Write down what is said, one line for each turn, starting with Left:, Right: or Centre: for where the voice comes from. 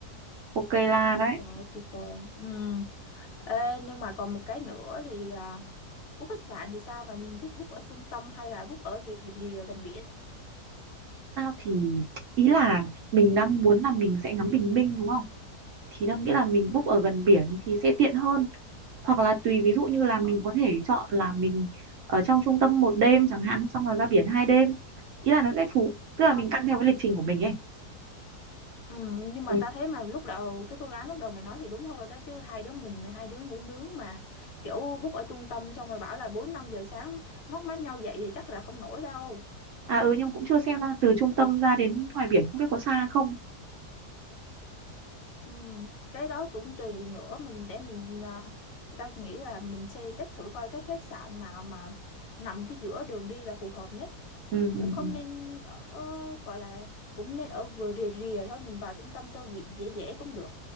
Right: Ok là đấy.
Left: trời ơi tuyệt vời ừ Ê, nhưng mà còn một cái nữa thì à, book khách sạn thì sao? Mày thích book ở trung tâm hay là book ở rìa rìa gần biển?
Right: Tao thì ý là mình đang muốn là mình sẽ ngắm bình minh đúng không? Thì tao nghĩ là mình
Left: Ừ,
Right: book ở gần biển thì sẽ tiện hơn. hoặc là tùy ví dụ như là mình
Left: Ờ,
Right: có thể chọn là mình ở trong trung tâm một đêm chẳng hạn xong rồi ra biển hai đêm ý là nó sẽ phù tức là
Left: không.
Right: mình căn theo cái lịch trình của mình ấy
Left: Ừ, nhưng mà
Right: ừ,
Left: ta thấy mà lúc đầu cái phương án lúc đầu mày nói thì đúng hơn đó chứ hai đứa mình hai đứa ngủ nướng mà kiểu book ở trung tâm xong rồi bảo là 4 5 giờ sáng móc mắt nhau dậy thì chắc là không nổi đâu.
Right: à ừ nhưng cũng chưa xem là từ trung tâm ra đến ngoài biển không biết có xa không
Left: Ừ, cái đó cũng tùy nữa mình để mình à, tao nghĩ là mình sẽ check thử coi cái khách sạn nào mà nằm cái giữa đường đi là phù hợp nhất
Right: ừ, ừ,
Left: cũng không
Right: ừ.
Left: nên ở gọi là cũng nên ở vừa rìa rìa thôi mình vào trung tâm cho dễ dễ dễ cũng được